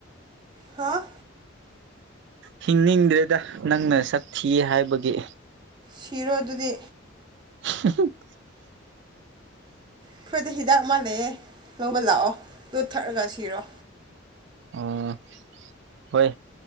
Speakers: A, on the right; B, on the right.
A: ꯍꯥꯥ
B: ꯍꯤꯡꯅꯤꯡꯗ꯭ꯔꯦꯗ ꯅꯪꯅ ꯁꯛ ꯊꯤ ꯍꯥꯏꯕꯒꯤ
A: ꯁꯤꯔꯣ ꯑꯗꯨꯗꯤ
B: <unintelligible>
A: ꯑꯩꯈꯣꯏꯗ ꯍꯤꯗꯥꯛ ꯑꯃ ꯂꯩꯌꯦ ꯂꯧꯕ ꯂꯥꯛꯑꯣ ꯑꯗꯨ ꯊꯛꯑꯒ ꯁꯤꯔꯣ
B: ꯑꯣ ꯍꯣꯏ